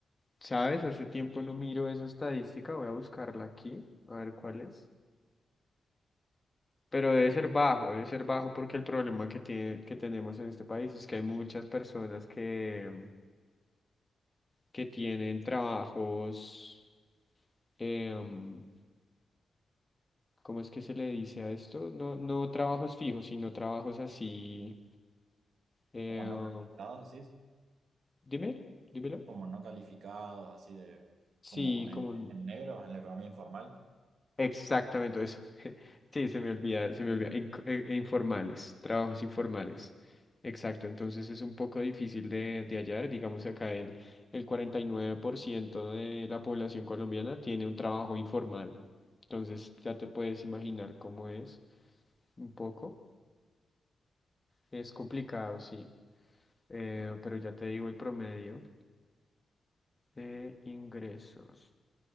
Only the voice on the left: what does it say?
¿sabes? Hace tiempo no miro esa estadística. Voy a buscarla aquí, a ver cuál es. Pero debe ser bajo, debe ser bajo porque el problema que tiene, que tenemos en este país es que hay muchas personas que, que tienen trabajos, em, ¿cómo es que se le dice a esto? No, no trabajos fijos, sino trabajos así. em,
dime, dímelo.
Sí,
como,
Exactamente eso. <laughs> Sí, se me olvida, se me olvida. In- eh, e informales, trabajos informales. Exacto, entonces es un poco difícil de, de hallar. Digamos acá el, el 49% de la población colombiana tiene un trabajo informal. Entonces ya te puedes imaginar cómo es un poco. Es complicado, sí. Eh, pero ya te digo el promedio de ingresos